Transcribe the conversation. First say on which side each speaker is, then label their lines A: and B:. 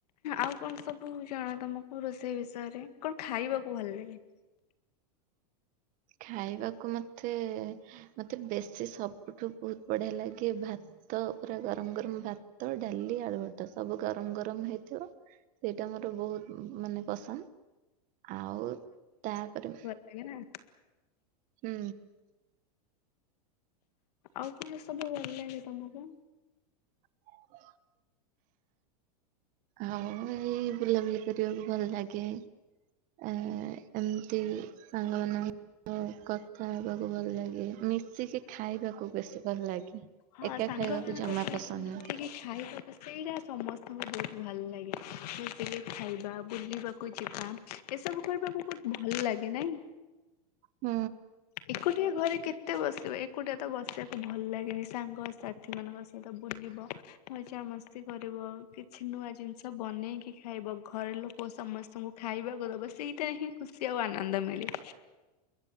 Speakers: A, on the left (about 70°); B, on the right (about 40°).
A: ଆଉ କଣ ସବୁ ଜଣା ତମକୁ ରୋଷେଇ ବିଷୟରେ କଣ ଖାଇବାକୁ ଭଲ ଲାଗେ?
B: ଖାଇବାକୁ ମତେ ମତେ ବେଶୀ ସବୁଠୁ ବହୁତ ବଢିଆ ଲାଗେ ଭାତ ଭାତ ପୁରା ଗରମ ଗରମ ଭାତ ଡାଲି ଆଲୁଭର୍ତା ସବୁ ଗରମ ଗରମ ହେଇଥିବ। ସେଇଟା ମୋର ବହୁତ ମାନେ ପସନ୍ଦ ଆଉ ତାପରେ
A: ଏଇରା।
B: ହୁଁ।
A: ଆଉ କଣ ସବୁ ଭଲ ଲାଗେ ତମକୁ?
B: ହ ଆଉ ଏଇ ବୁଲାବୁଲି କରିବାକୁ ଭଲ ଲାଗେ। ଏ ଏମତି ସାଙ୍ଗମାନେ ଆ କଥା ହେବାକୁ ଭଲ ଲାଗେ ମିଶିକି ଖାଇବାକୁ ବେଶୀ ଭଲ ଲାଗେ।
A: ହଁ
B: ଏକା
A: ସାଙ୍ଗମାନାନଙ୍କ
B: ଖାଇବାକୁ ଜମା
A: ସହିତ
B: ପସନ୍ଦ
A: ମିଶିକି ଖାଇବା ସେଇଟା ସମସ୍ତଙ୍କୁ ବହୁତ ଭଲ ଲାଗେ। ବୁଲିକିଖାଇବା, ବୁଲିବାକୁ ଯିବା, ଏସବୁ କରିବାକୁ ବହୁତ ଭଲ ଲାଗେ, ନାଇଁ?
B: ହୁଁ।
A: ଏକୁଟିଆ ଘରେ କେତେ ବସିବ, ଏକୁଟିଆ ତ ବସିବାକୁ ଭଲ ଲାଗେନି, ସାଙ୍ଗସାଥି ସେମାନଙ୍କ ସହିତ ବୁଲିବ। ମଜାମସ୍ତି କରିବ, କିଛି ନୂଆ ଜିନିଷ ବନେଇକି ଖାଇବ, ଘର ଲୋକ ସମସ୍ତଙ୍କୁ ଖାଇବାକୁ ଦବ, ସେଇଟାହିଁ, ଖୁସି ଆଉ ଆନନ୍ଦ ମିଳେ।